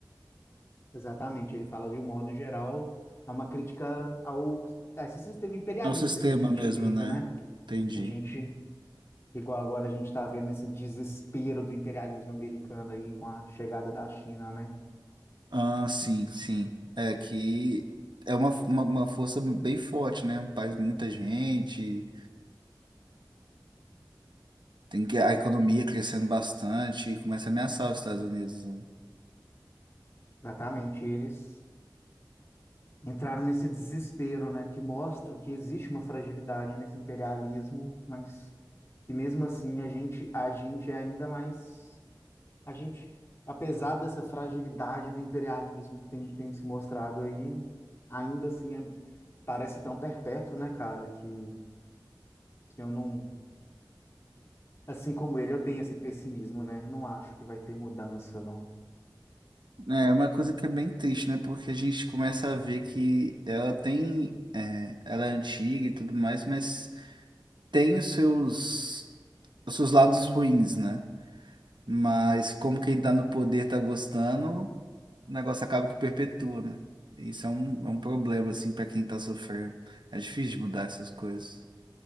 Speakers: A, on the left; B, on the right.
A: Exatamente, ele fala de um modo geral, é uma crítica ao a esse sistema imperialista
B: É o sistema
A: que a gente
B: mesmo,
A: vive,
B: né?
A: né?
B: Entendi.
A: A gente, igual agora a gente está vendo esse desespero do imperialismo americano aí com a chegada da China, né?
B: Ah, sim, sim. É que é uma, uma, uma força bem forte, né? Um país, muita gente, tem que, a economia crescendo bastante, começa a ameaçar os Estados Unidos, né?
A: Exatamente, eles entraram nesse desespero, né, que mostra que existe uma fragilidade nesse imperialismo, mas que mesmo assim a gente a gente é ainda mais a gente, apesar dessa fragilidade do imperialismo que tem, tem se mostrado aí, ainda assim é- parece tão perpétuo, né, cara, que que eu não Assim como ele, eu tenho esse pessimismo, né? Não acho que vai ter mudança, não.
B: É uma coisa que é bem triste, né? Porque a gente começa a ver que ela tem, é, ela é antiga e tudo mais, mas tem os seus, os seus lados ruins, né? Mas como quem tá no poder tá gostando, o negócio acaba que perpetua, né? E Isso é um, é um problema, assim, pra quem tá sofrendo. É difícil de mudar essas coisas.